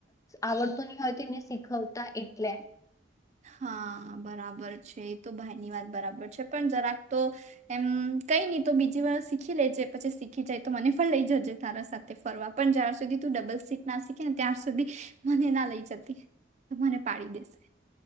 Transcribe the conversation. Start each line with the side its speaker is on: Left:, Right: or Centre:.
Left: આવડતું નહી હોય તોને- <unintelligible> એટલે.
Right: હા બરાબર છે એ તો ભાઈ ની વાત બરાબર છે, પણ જરાક તો એમ કઈ નહી તો બીજી વાર શીખી લેજે પછી શીખી જાય તો મને પણ લઈ જજે તારા સાથે. તો મને પાડી દેશે.